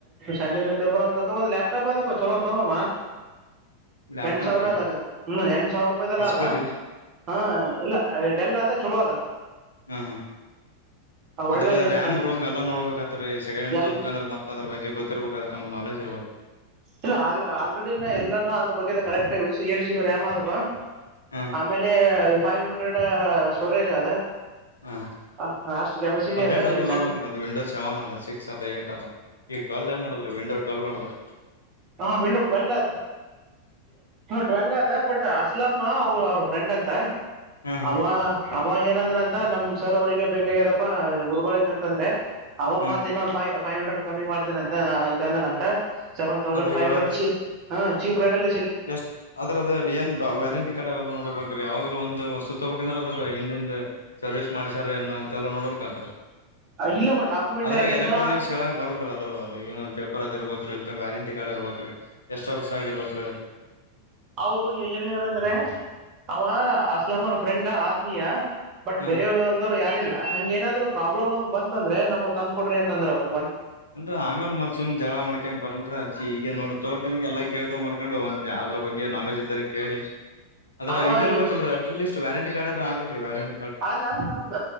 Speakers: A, on the right; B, on the left.
A: ಸಂಡ ಪೇಪರ್ ಅಂತ ತಗೊಂದು ಲ್ಾಪ್ಟಾಪ್ ಅದಪ್ಪ ಚಲೋ ತಗಾಮಾ
B: ಲ್ಯಾಪ್ಟಾಪ್
A: ಎಂಟು ಸಾವಿರ
B: ರೀ
A: ಅದಾಗ ಹ್ಮ್ ಎ ಸಾವಿರ ರೂಪಾಯಿದೆಲ್ಲ
B: ಎಚ್
A: ಅದ
B: ಪಿ ರೀ
A: ಹಾ ಇಲ್ಲ ಡೆಲ್ ಅದ ಚಲೋ ಅದ
B: ಹ್ಮ ಹಾ
A: ಆ ಒಳ್ಳೆ
B: ಅದ್ರ
A: ಏನ್
B: ರ್ಯಾಮ್
A: ಕಣ್
B: ರೂಮ್ ಎಲ್ಲಾ ನೋಡ್ಬೇಕತ್ ರೀ ಸೆಕೆಂಡ್ ಹ್ಯಾಂಡ್
A: ಎಲ್
B: ತಗೋಬೇಕಂದ್ರೆ ಮತ್ತ ಅದ್ರ ಬಗ್ಗೆ ಗೊತ್ತ ಇರ್ಬೇಕಾದ್ರ ನ್ ನೆಜ ಇಬ
A: ಇಲ್ಲ ಆಲ್ರೆಡಿಿನ ಎಲ್ಲಾನ ಅದ್ರ ಬಗ್ಗೆ ಕರೆಕ್ಟ್ಏ ಜಿ ಬಿ ರಾಮ್ ಆದವ
B: ಹಾ
A: ಆಮೇಲೆ ಫೈವ್ ಹಂಡ್ರೆಡ್ ಸ್ಟೋರೇಜ್ ಅದ
B: ಹಾ
A: ಅ- ಅಷ್ಟು ಕೆಪಾಸಿಟಿ
B: ಅಪ್ಡೇಟ್
A: ಅದ
B: ಆದ
A: ಈ ಚೆನ್ನ
B: ನೋಡ್ಬೇಕು ಅದು ವಿಂಡೋ ಸೆವೆನ್ ಅದ ಸಿಕ್ಸ್ ಅದ ಏಟ್ ಅದ ಈ ಟ್ವೆಲ್ ಏನ್ ನೋಡಿದ್ರರು ವಿಂಡೋ ಟ್ವೆಲ್ ನಡದ್ರ
A: ಹಾ ವಿಂಡೋ ಟ್ವೆಲ್ವ ಅದ ಟ್ವೆಲ್ ಆದದ ಬಟ್ ಅಸ್ಲಾಮ ಅವರು ಅವರು ಫ್ರೆಂಡ್ ಅಂತ
B: ಹಾ ಹಾ
A: ಅವವಾ ಅವ ಏನಂದ್ರ ಅಂತ ನಮ್ ಸರ್ ಅವ್ರಿಗೆ ಬೇಕಾಗಿದಪ್ಪ ಗುರುಗಳಿಿಗೆ ಅಂತಂದ್ರೆ ಹ
B: ಹ್ಮ್
A: ಮತೆನ ಫೈವ್ ಹಂಡ್ರೆಡ್ ಕಮ್ಮಿ ಮಾಡ್ತೇನೆ ಅಂತ ಇದಂದ ಅಂತ ತೌಸಂಡ್ಫೈವ
B: ಆದ್ರ ಏಳರ್
A: ಹಂಡ್ರೆಡ್ ಹಾ ಚಿ ರ್ರೈಲ್
B: ಎಷ್ಟ್ ಅದ್ರದ್ದ ಏನ್ ವ್ಯಾರಂಟಿ ಕಾರ್ಡ್ಲ್ಲ ನೋಡಬೇಕ್ರ ಒಂದ ವಸ್ತು ತೊಬೇಕ್ ಅಂದ್ರೆ ಅದ್ರ ಹಿಂದಿಂದ ಸರ್ವಿಸ್ ಮಾಡ್ಸಾರ ಏ ಅಂತೆ ಎಲ್ಲ ನೋಡ್ಬೇಕ್ ಹಳ್ಳ ರೀ
A: ಇಲ್ಲ ಮತ್ ಡಾಕ್ಯುಮೆಂಟ್
B: ಆದದ್ರ
A: ಹಾಕ್ಯಂದ
B: ಎಲೆಕ್ಟ್ರಾನಿಕ್ಸ್ ಹೇಳಕ್ ಬರಲ್ರ ಅದ್ರ ಏನೊಂದು ಪೇಪರ್ ಅದದು ಇರಬೋ ಇ ವ್ಯಾರಂಟಿ ಕಾರ್ಡ್ ಇರ್ಬೇಕ್ರೀ ಎಷ್ಟ್ ವರ್ಷ ಆಗಿರ್ಬೇಕ್ರೀ
A: ಅವರು ಏನಾರ ಅಂದ್ರೆ ಅವ ಅಸ್ಲಂ ಅವರ ಫ್ರೆಂಡ್ ಆತ್ಮೀಯ ಬಟ್
B: ಹ
A: ಬೇರೆಯವದವ್ರು ಯಾರಿಲ್ಲ ಹಂಗ ಏನಾದ್ರು ಪ್ರಾಬ್ಲಮ್ ಅದು ಬಂದ ಅಂದ್ರ ನಮ್ ತಂದ ಕೊರಿ ಅಂದ್ರ ಅವರು
B: ಅಲ್ರರಿ ಆಮೇ ಮತ್ ಸುಮ್ ಜಳ ಮಾಡ್ಕ ಬರ್ಲ್ರರಿ ಅದಿ ಈಗ ನೋ ತೋ ಟಮ ಎಲ್ಲ ಕೇಳಗಳು ಮಾಡ ಕಕೊಂಡು ಹೋಗಂತೆ ಅದ್ರ ಬಗ್ಗೆ ನಾಲೆಜ್ ಇದ್ದಾರೆ ಕೇಳಿ ಅದ್ರ
A: ಅವ
B: ಇದ ಇರ್ಬೇಕಲ್ ಅಟ್ಲೀಸ್ಟ್ ವ್ಯಾರಂಟಿ ಕಾರ್ಡ್ ಅಲ್ಲ ರೀರೆ
A: ಅದ ಅದೌದ